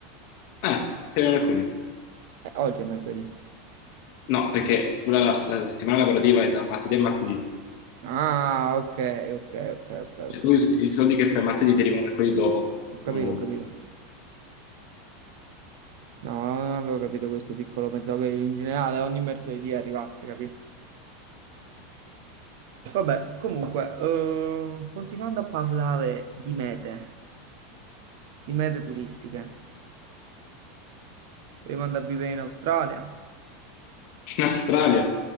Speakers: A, on the left; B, on the right.
A: Ah, ti arriva mercoledì.
B: Eh, oggi è mercoledì.
A: No, perché quella- la, la settimana lavorativa è da martedì a martedì.
B: Ah, ok, ok, ok, ok,
A: Cioè,
B: ok.
A: tu i, i soldi che fai martedì ti arrivano mercoledì dopo.
B: Ho capito,
A: No.
B: ho capito. No, non avevo capito questo piccolo, pensavo che in generale ogni mercoledì arrivasse, capito? Vabbè, comunque, eh, continuando a parlare di mete, di mete turistiche, vogliamo andare a vivere in Australia?
A: In Australia?